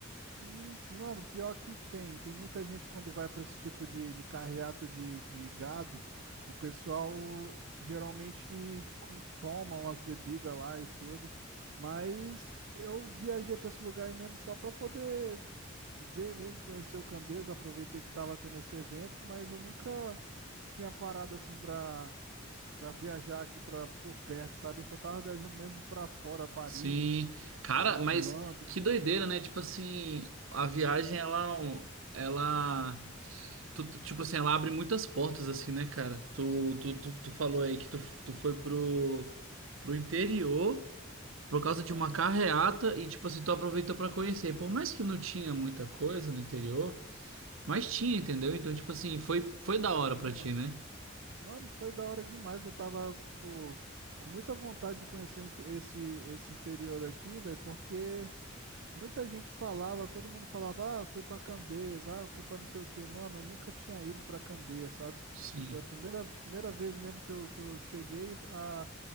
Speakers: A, on the right; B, on the right.
A: Hum, Mano, pior que tem. Tem muita gente quando vai para esse tipo de, de carreata de, de gado, o pessoal geralmente com- toma umas bebidas lá e tudo. Mas eu viajei para esse lugar aí mesmo só para poder ver mesmo, conhecer o Candeias, aproveitei que estava tendo esse evento, mas eu nunca tinha parado assim para para viajar aqui para por perto, sabe? Eu só tava viajando mesmo para fora, Paris,
B: Sim. Cara,
A: eh, Orlando.
B: mas que doideira, né? Tipo assim, a viagem, ela. é um- Ela. tu- tu- tipo assim, ela abre muitas portas, assim, né, cara? Tu, tu, tu, tu falou aí que tu, tu foi pro, pro interior. por causa
A: Aham,
B: de uma carreata e, tipo assim, tu aproveitou pra conhecer. Por mais que não tinha muita coisa no interior, mas tinha, entendeu? Então, tipo assim, foi, foi da
A: tinha,
B: hora pra
A: mano.
B: ti, né?
A: Mano, foi da hora demais. Eu tava, tipo, com muita vontade de conhecer inte- esse, esse interior daqui, velho, porque muita gente falava, todo mundo falava, ah, fui pra Candeias, ah, fui pra não sei o quê. Mano, eu nunca tinha ido pra Candeias, sabe?
B: Sim.
A: Foi a primeira, primeira vez mesmo que eu, que eu cheguei a,